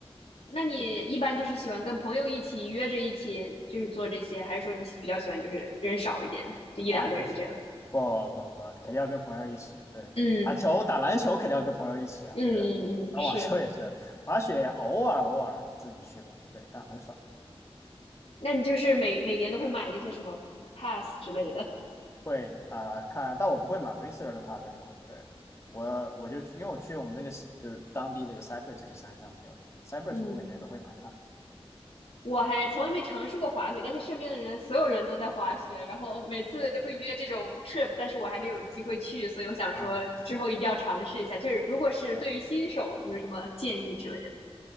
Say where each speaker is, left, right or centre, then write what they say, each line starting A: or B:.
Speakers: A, on the left; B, on the left.
A: 那你一般就是喜欢跟朋友一起约着一起就是做这些，还是说你比较喜欢就是人少一点的，就一两个人这样？
B: 啊，不行，不不不，肯定要跟朋友一起。对，
A: 嗯
B: 打球、打篮球肯定要跟朋友一起啊。
A: 嗯嗯嗯，
B: 对啊，打网球也是，
A: 是。
B: 滑雪偶尔偶尔自己去吧。对，但很少
A: 那你就是每每年都会买那些什么 pass 之类的？
B: 会啊、呃看，但我不会买维斯勒的帕这种。对，我我就去，因为我去我们这个就是当地这个 Cypress 这个山上比较多。Cypress
A: 嗯，
B: 我每年都会买帕
A: 我还从来没尝试过滑雪，但是身边的人所有人都在滑雪，然后每次就会约这种 trip，但是我还没有机会去，所以我想说之后一定要尝试一下。
B: 啊。
A: 就是如果是对于新手，
B: 对，
A: 你有什么建议之类的？